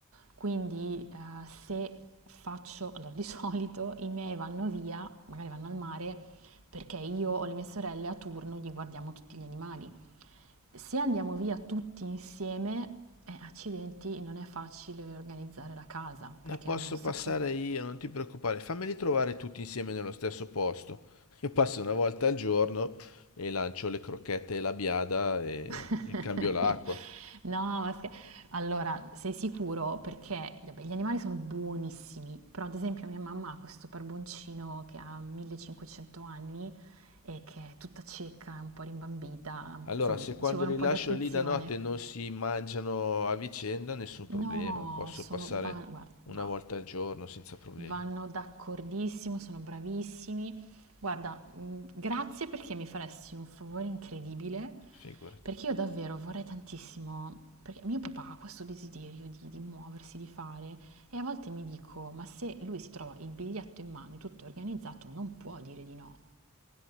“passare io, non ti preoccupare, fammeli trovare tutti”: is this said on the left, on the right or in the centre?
Left